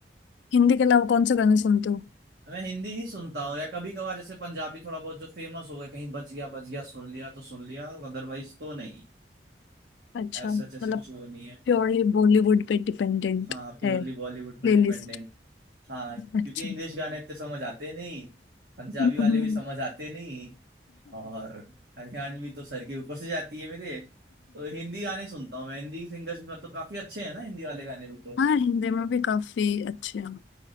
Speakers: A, on the left (about 85°); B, on the right (about 70°).
A: हिंदी के अलावा कौन से गाने सुनते हो
B: मैं हिंदी ही सुनता हूँ या कभी कभार जैसे पंजाबी थोड़ा बहुत जो फेमस हो गया कहीं बच गया बच गया सुन लिया तो सुन लिया अदरवाइज तो नहीं
A: अच्छा
B: ऐसा
A: मतलब
B: जैसे कुछ वो नहीं है
A: प्योरली बॉलीवुड पे डिपेंडेंट
B: हाँ प्योरली
A: है
B: बॉलीवुड
A: प्लेलिस्ट
B: पे डिपेंडेंट हाँ क्योंकि
A: अच्छा
B: इंग्लिश गाने इतने समझ आते नहीं पंजाबी
A: <laughs>
B: वाले
A: हम्म।
B: भी समझ आते नहीं और हरियाणवी तो सर के ऊपर से जाती है मेरे तो हिंदी गाने सुनता हूँ मैं हिंदी सिंगर्स भी मतलब काफी अच्छे हैं ना हिंदी वाले गाने भी तो
A: हाँ हिंदी में भी काफी अच्छे हैं